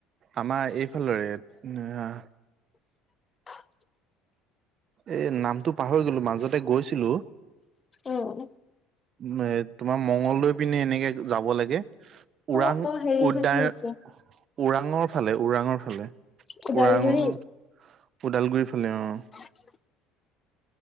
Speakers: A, on the right (about 40°); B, on the left (about 25°).
A: আমাৰ এইফালৰে এ
B: <unintelligible>
A: এ নামটো পাহৰি গলো। মাজতে গৈছিলোঁ।
B: ওম।
A: ও এ তোমাৰ মংগলদৈ পিনে এনেকে যাব লাগে। ওৰাং
B: অ অ হেৰি
A: উদ্যান।
B: ফালে নেকি
A: ওৰাঙৰ ফালে ওৰাঙৰ ফালে
B: ওদালগুৰি
A: ওৰাঙৰ ওদালগুৰিৰ ফালে অঁ।
B: উ <unintelligible>